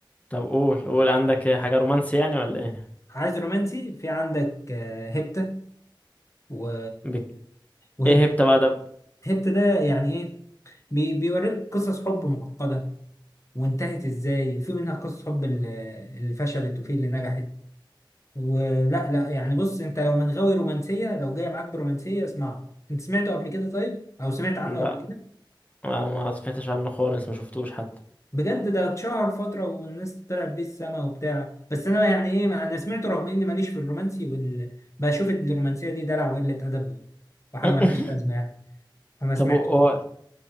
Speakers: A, on the left (about 15°); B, on the left (about 35°).
A: طب قول قول عندك إيه؟ حاجه رومانسي يعني ولا ايه
B: عايز رومانسي في عندك آه، هيبتا و
A: بك...
B: وهيبتا
A: ايه هبت بقى ده
B: هيبتا ده يعني ايه بي- بيوريك قصص حب معقده وانتهت ازاي وفي منها قصص حب اللي اللي فشلت وفي اللي نجحت ولا لا يعني بص انت لو من غاوي رومانسيه لو جاي معاك برومانسيه اسمعه انت سمعته قبل كده طيب او سمعت عنه
A: لا
B: قبل كده
A: ما ما سمعتش عنه خالص ما شفتوش حتى
B: بجد ده اتشهر فترة والناس طلعت بيه السما وبتاع بس أنا يعني إيه مع أنا سمعته رغم إني ماليش في الرومانسي وال... بشوف الرومانسية دي دلع وقلة أدب وحاجة
A: <laughs>
B: ملهاش لازمة يعني فما
A: طب
B: سمعتوش
A: هو هو-